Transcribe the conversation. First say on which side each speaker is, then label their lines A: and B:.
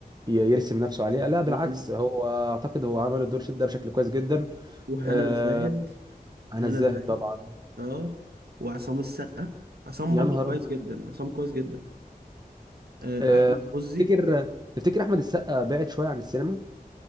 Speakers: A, on the right; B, on the right.
A: ي- يرسم نفسه عليه لا بالعكس
B: امم.
A: هو اعتقد هو عمل الدور شد ده بشكل كويس جدا
B: وهنا
A: آه،
B: الزاهد
A: هنا
B: هنا
A: الزاهد
B: الزاهد
A: طبعا
B: اه وعصام السقا عصام
A: يا
B: برضو
A: نهار
B: كويس
A: ابيض
B: جدا عصام كويس جدا آه،
A: آه،
B: احمد عزي
A: تفتكر تفتكر احمد السقا بعد شويه عن السينما